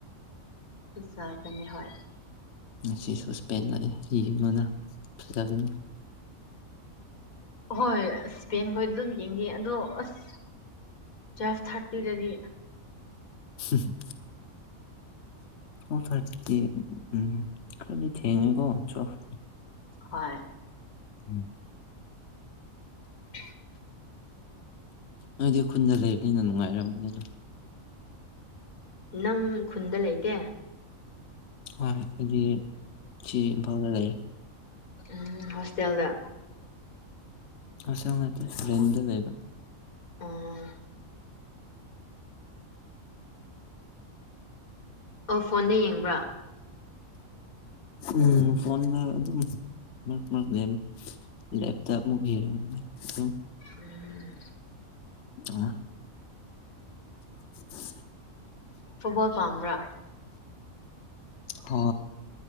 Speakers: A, on the left (about 85°); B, on the left (about 60°).
A: ꯐꯖꯕꯅꯦ ꯍꯣꯏ
B: ꯉꯁꯤꯁꯨ ꯁꯄꯦꯟ ꯂꯩꯌꯦ ꯌꯦꯡꯉꯣꯅ ꯐꯖꯕꯅꯦ
A: ꯍꯣꯏ ꯁꯄꯦꯟ ꯈꯣꯏꯗꯤ ꯑꯗꯨꯝ ꯌꯦꯡꯗꯤ ꯑꯗꯣ ꯑꯁ ꯇꯨꯌꯦꯜꯐ ꯊꯥꯔꯇꯤꯗꯗꯤ
B: ꯍꯝ ꯑꯣ ꯐꯔꯗꯤ ꯎꯝ ꯈꯔꯗꯤ ꯊꯦꯡꯉꯦꯀꯣ ꯇꯨꯌꯦꯜꯐ
A: ꯍꯣꯏ
B: ꯎꯝ
A: <unintelligible>
B: ꯅꯣꯏꯗꯤ ꯈꯨꯟꯗ ꯂꯩꯔꯕꯅꯤꯅ ꯅꯨꯡꯉꯥꯏꯔꯝ ꯒꯅꯤ
A: ꯅꯪ ꯈꯨꯟꯗ ꯂꯩꯇꯦ
B: ꯍꯣꯏ ꯑꯩꯗꯤ ꯁꯤ ꯏꯝꯐꯥꯜꯗ ꯂꯩꯌꯦ
A: ꯎꯝ ꯍꯣꯁꯇꯦꯜꯗ
B: ꯍꯣꯁꯇꯦꯜ ꯅꯠꯇꯦ ꯔꯦꯟꯗ ꯂꯩꯕ
A: ꯑꯥ ꯑꯣ ꯐꯣꯟꯗ ꯌꯦꯡꯕ꯭ꯔꯥ
B: ꯎꯝ ꯐꯣꯟꯗ ꯑꯗꯨꯝ ꯃꯔꯛ ꯃꯔꯛ ꯂꯦꯝ ꯂꯦꯞꯇ ꯑꯃꯨꯛ ꯌꯦꯡꯕꯅꯦ ꯑꯗꯨꯝ
A: ꯎꯝ
B: ꯑ <unintelligible>
A: ꯐꯨꯠꯕꯜ ꯄꯝꯕ꯭ꯔꯥ
B: ꯍ